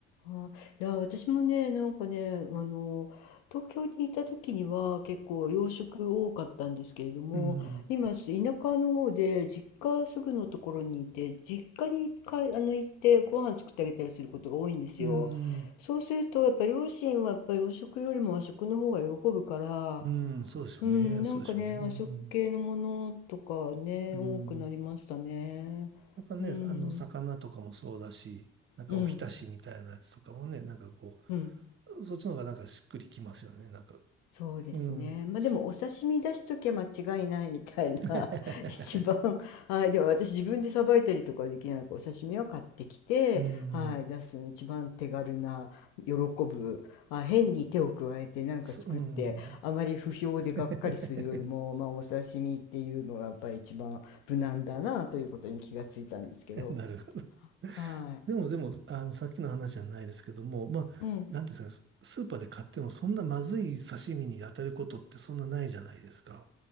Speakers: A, on the left; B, on the right.
A: あ、いや、私もね、なんかね、あの、東京にいた時には結構洋食多かったんですけれども、
B: うん。
A: 今ちょっと田舎の方で実家すぐのところにいて、実家にかあの行ってご飯作ってあげたりすることが多いんですよ。
B: うん。
A: そうするとやっぱ両親はやっぱ洋食よりも和食の方が喜ぶから、
B: うん。そうでしょうね。
A: うん、なんかね、
B: そうでしょうね。うん。
A: 和食系のものとかね、
B: うん。
A: 多くなりましたね。
B: やっぱね、
A: うん、
B: あの、魚とかもそうだし、なんかお浸しみたいなやつとかもね、
A: うん、
B: なんかこ
A: うん。
B: う、そっちの方がなんかしっくりきますよね。なんか、
A: そうですね。
B: うん。
A: まあでもお刺身出しときゃ間違いないみたいな
B: す <laughs>
A: <laughs> 一番、はい、でも私自分でさばいたりとかはできないからお刺身は買ってきて、
B: うん。
A: はい、出すの一番手軽な喜ぶ、あ、変に手を加えてなんか作ってあまり不評でがっかりするよりも、
B: すうん。<laughs>
A: まあお刺身っていうのがやっぱり一番無難だなということに気がついたんですけど、
B: なるほど。
A: は
B: でも、でも、あの、さっきの話じゃないですけども、まあ、
A: い、うん、
B: なんていうんですかね、ススーパーで買ってもそんなまずい刺身に当たることってそんなないじゃないですか。